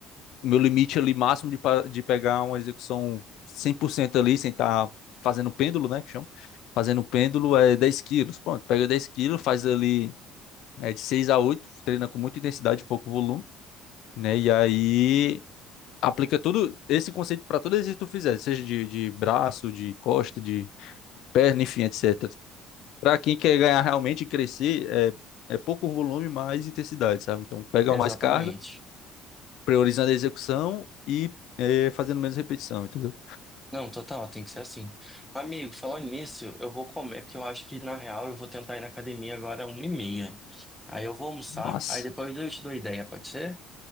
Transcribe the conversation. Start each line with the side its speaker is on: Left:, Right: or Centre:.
Left: o meu limite ali máximo de, pa- de pegar uma execução 100% ali, sem estar fazendo pêndulo, né? Que chama. Fazendo pêndulo é 10 quilos. Pronto, pega 10 quilos, faz ali. É de 6 a 8, treina com muita intensidade, e pouco volume, né? E aí aplica todo esse conceito para todo exercício que tu fizer, seja de, de braço, de costa, de perna, enfim, etc. Para quem quer ganhar realmente e crescer, é, é pouco volume, mais intensidade, sabe? Então pega
Centre: exatamente.
Left: mais carga, priorizando a execução e é, fazendo menos repetição, entendeu?
Centre: Não, total, tem que ser assim. Amigo, falando nisso, eu vou comer, porque eu acho que, na real, eu vou tentar ir na academia agora uma e meia. Aí eu vou almoçar,
Left: Mas,
Centre: aí depois eu te dou ideia, pode ser?